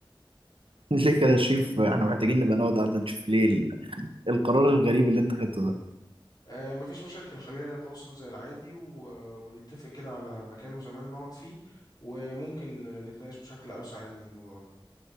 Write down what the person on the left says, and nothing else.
أه مفيش مشاكل خلينا نتواصل زي العادي و- آه، ونتفق كده على مكان وزمان نقعد فيه وممكن آه، نتناقش بشكل أوسع عن الموضوع ده